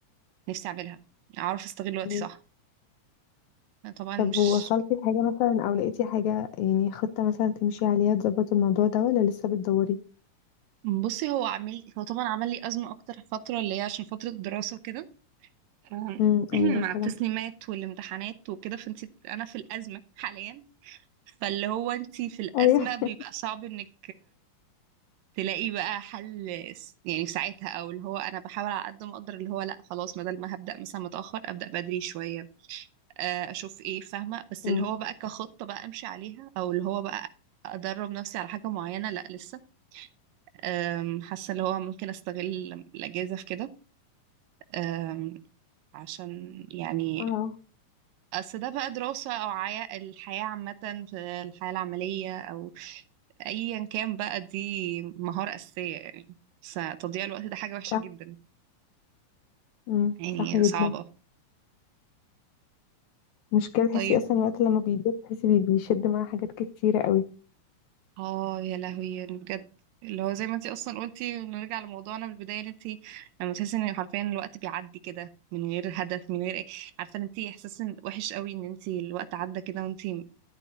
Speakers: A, on the right; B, on the left.
A: نفسي اعملها اعرف استغل وقتي
B: أيوة.
A: صح أنا طبعا
B: طب
A: مش
B: ووصلتي لحاجة مثلا او لقيتي حاجة يعني خطة مثلا تمشي عليها تظبط الموضوع ده ولا لسه بتدوري
A: م. بصي هو عامل هو طبعا عمل لي ازمه اكتر فتره اللي هي عشان فتره الدراسه وكده آه،
B: امم ايوه
A: <clears throat> مع
B: طبعا
A: التسليمات والامتحانات وكده فانت انا في الازمه حاليا فاللي هو انت في الازمه
B: ايوه
A: بيبقى
B: <laughs>
A: صعب انك تلاقي بقى حل س- يعني في ساعتها او اللي هو انا بحاول على قد ما اقدر اللي هو لا خلاص بدل ما هبدا مثلا متاخر ابدا بدري شويه آه، اشوف ايه فاهمه بس
B: امم
A: اللي هو بقى كخطه بقى امشي عليها او اللي هو بقى ادرب نفسي على حاجه معينه لا لسه آم، حاسه اللي هو ممكن استغل الاجازه في كده آم، عشان يعني
B: اه
A: اصل ده بقى دراسه او عيا الحياه عامه في الحياه العمليه او ايا كان بقى دي مهاره اساسيه يعني بس تضييع الوقت ده حاجه وحشه
B: صح
A: جدا
B: امم
A: يعني
B: صح جدا
A: صعبة
B: مشكلة تحسي
A: طيب
B: اصلا الوقت لما بيضيق تحسي بي- بيشد معاه حاجات كتيرة قوي
A: اه يا لهوي يعني بجد اللي هو زي ما انتي اصلا قلتي نرجع لموضوعنا من البداية ان انتي لما تحسي ان حرفيا الوقت بيعدي كده من غير هدف من غير ايه عارفة ان انتي احساس إن- وحش قوي ان انتي الوقت عدى كده وانتي